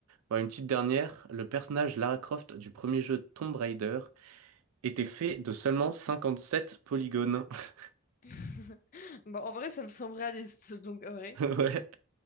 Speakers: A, on the right (about 90°); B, on the left (about 35°).
A: Bon, une petite dernière. Le personnage Lara Croft du premier jeu Tomb Raider était fait de seulement 57 polygones. <laughs>
B: <laughs> Bon, en vrai, ça me semble réaliste, donc en vrai.
A: Ouais.